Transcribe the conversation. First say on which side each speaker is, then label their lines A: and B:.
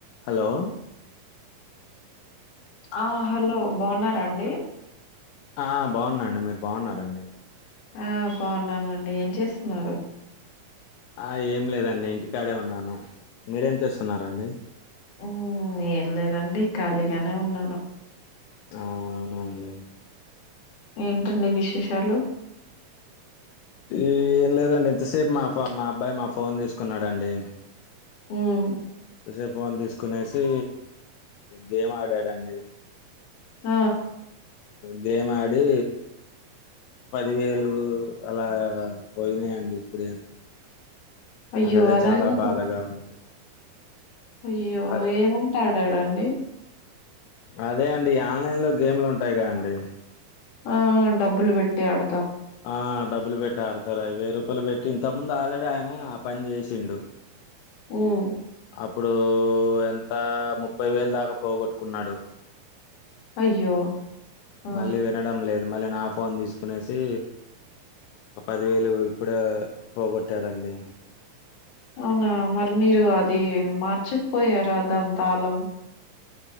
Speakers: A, on the left; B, on the left.
A: Hello
B: ఆ hello బావున్నారండి
A: ఆ బావున్నా అండి మీరు బావున్నార అండి
B: ఆ బావున్నానండి ఏం చేస్తున్నారు
A: ఆ ఏం లేదండి ఇంటికాడే ఉన్నాను మీరేం చేస్తున్నారండి
B: మ్మ్ ఏం లేదండి ఖాళీగానే ఉన్నాను
A: ఆ అవునండి
B: ఏంటండీ విశేషాలు
A: ఈ ఏం లేదండి ఎంతసేపు మా ఫ మా అబ్బాయి మా ఫోన్ తీసుకున్నాడండి
B: మ్మ్
A: తసేపు ఫోన్ తీసుకునేసి గేమ్ ఆడాడండి
B: ఆ
A: గేమ్ ఆడి పదివేలు అలా పోయినాయి అండి ఇప్పుడే
B: అయ్యో
A: నాకు అదే
B: అలా
A: చాలా
B: ఎలా
A: బాధగా ఉంది
B: అయ్యో
A: అదే
B: ఏం ఆట ఆడాడండి
A: అదే అండి ఆన్లైన్ లో గేమ్లు ఉంటాయిగా అండి
B: ఆ డబ్బులు పెట్టి అడు
A: ఆ డబ్బులు పెట్ ట్టీ ఆడతారు వెయ్యి రూపాయలు పెట్టి ఇంతకుముందు ఆల్రెడీ ఆయన ఆ పని చేసిండు
B: మ్మ్
A: అప్పుడు ఎంత ముప్పై వేలు దాకా పోగొట్టుకున్నాడు
B: అయ్యో ఆ
A: మళ్ళీ వినడం లేదు మళ్ళీ నా ఫోన్ తీసుకునేసి ఒక పదివేలు ఇప్పుడే పోగొట్టాడండి
B: అవునా మరి మీరు అది మార్చకపోయారా దాన్ తాళం